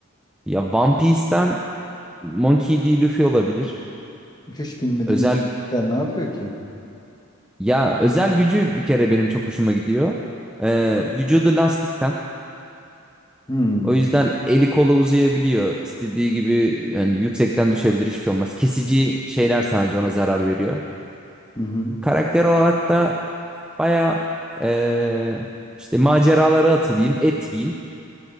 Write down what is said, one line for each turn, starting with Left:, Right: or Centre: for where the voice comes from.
Centre: Ya One Piece'ten Monkey D. Luffy olabilir.
Left: Hiç bilmediğim
Centre: Özel
Left: bir karakter ne yapıyor ki?
Centre: ya özel gücü bir kere benim çok hoşuma gidiyor. Ee, vücudu lastikten.
Left: Hmm.
Centre: O yüzden eli kolu uzayabiliyor. İstediği gibi yani yüksekten düşebilir hiçbir şey olmaz. Kesici şeyler sadece ona zarar veriyor.
Left: Hı hı.
Centre: Karakter olarak da baya eee, işte maceralara atılayım, et yiyeyim.